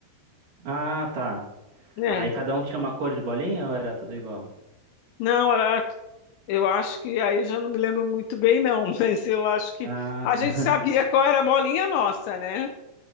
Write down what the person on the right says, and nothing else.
Ah, tá.
Aí cada um tinha uma cor de bolinha ou era tudo igual?
Ah,
<laughs>